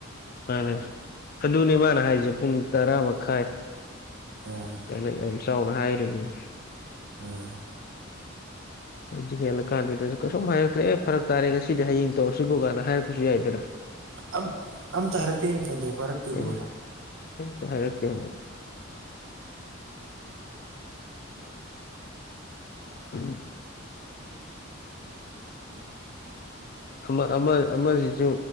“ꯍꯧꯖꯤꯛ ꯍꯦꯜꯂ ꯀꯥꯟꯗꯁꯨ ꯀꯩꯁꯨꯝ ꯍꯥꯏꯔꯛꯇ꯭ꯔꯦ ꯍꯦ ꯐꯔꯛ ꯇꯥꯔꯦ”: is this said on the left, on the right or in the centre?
Left